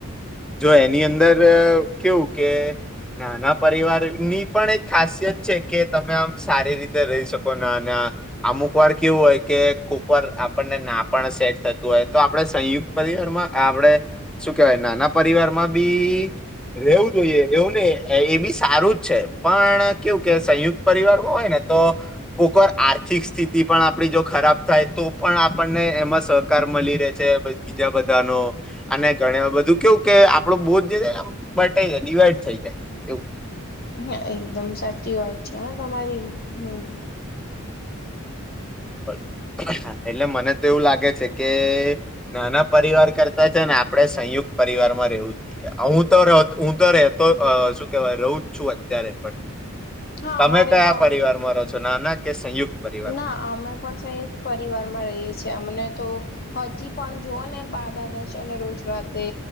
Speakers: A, in the centre; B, on the left.
A: જો એની અંદર કેવું કે નાના પરિવાર ની પણ એક ખાસિયત છે કે તમે આમ સારી રીતે રહી શકો ના અમુક વાર કેવું હોય કે કોક વાર આપણને ના પણ સેટ થતું હોય તો આપડણે સંયુક્ત પરિવારમાં આપણે શું કેવાય નાના પરિવારમાં બી રેવું જોઈએ એવું નહી એ બી સારું જ છે પણ કેવું કે સંયુક્ત પરિવાર માં હોય ને કો આર્થિક સ્થિતિ પણ આપ જો ખરાબ થાય તો પણ આપણે એમાં સહકાર મળી રહે છે બીજા બધાનો અને ઘણ બધું કેવું કે આપડું બોજ છેને ડિવાઈડ થઈ જાય એવું
B: હા એકદમ સાચી વાત છે હા તમારી હમ <inaudible>
A: <inaudible> એટલે મને તો એવું લાગે છે કે નાના પરિવાર કરતા છે ને આપડે સંયુક્ત પરિવાર માં રહેવું જ જોઈએ હું તો હું તો રહેતો શું કેવાય રહું જ છું અત્યારે પણ
B: હા
A: તમે
B: અમારે
A: કયા
B: પણ
A: પરિવારમાં રહો છો નાના કે સંયુક્ત પરિવારમાં
B: ના અમે પણ સંયુકત પરિવાર માં રહીએ છીએ અમને તો હજી પણ જોઓ ને બાધાદાદા અને રોજરાતે